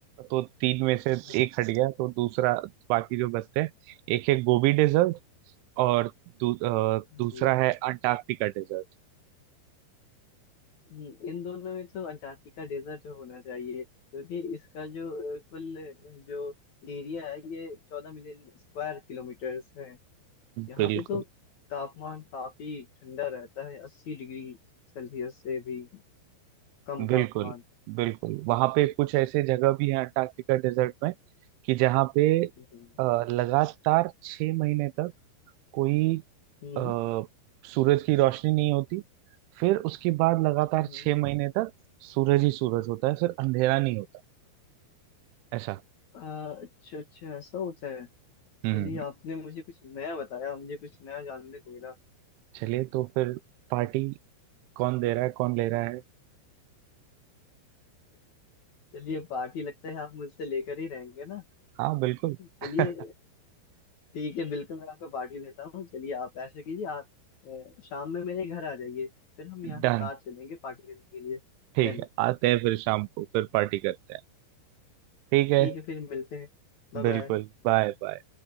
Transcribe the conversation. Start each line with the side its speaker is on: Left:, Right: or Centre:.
Right: तो तीन में से
Left: हाँ हाँ,
Right: एक हट गया तो दूसरा बाकी जो बचते हैं एक है गोबी डेजर्ट और दू, अ, दूसरा
Left: जी
Right: है अंटार्कटिका डेजर्ट
Left: हम्म, इन दोनों में तो अंटार्कटिका डेजर्ट होना चाहिए क्योंकि इसका जो अ, कुल अ, जो एरिया है ये चौदह मिलियन स्क्वायर किलोमीटर्स है यहाँ
Right: बिल्कुल
Left: पे तो तापमान काफी ठंडा रहता है अस्सी डिग्री सेल्सियस से भी कम तापमान
Right: बिल्कुल बिल्कुल वहां पे कुछ ऐसे जगह भी है अंटार्कटिका डेजर्ट में कि जहाँ पे
Left: हम्म
Right: अ, लगातार छह महीने तक कोई
Left: हम्म,
Right: अ, सूरज की रोशनी नहीं होती फिर उसके बाद लगातार
Left: हाँ हाँ।
Right: छह महीने तक सूरज ही सूरज होता है फिर अंधेरा नहीं होता ऐसा
Left: अ, अच्छा अच्छा ऐसा होता है
Right: हम्म
Left: चलिए आपने मुझे कुछ नया बताया मुझे कुछ नया जानने को मिला
Right: चलिए तो फिर पार्टी कौन दे रहा है कौन ले रहा है
Left: चलिए पार्टी लगता है आप मुझसे लेकर ही रहेंगे ना
Right: हाँ बिल्कुल
Left: चलिए
Right: <laughs>
Left: ठीक है बिल्कुल मैं आपको पार्टी देता हूँ चलिए आप ऐसा कीजिए आप अ, शाम में मेरे घर आ जाइए फिर हम यहाँ
Right: डन
Left: से साथ चलेंगे पार्टी करने के लिए
Right: ठीक
Left: डन
Right: है आते हैं फिर शाम को फिर पार्टी करते हैं ठीक है
Left: ठीक है फिर मिलते हैं Bye bye
Right: बिल्कुल बाय बाय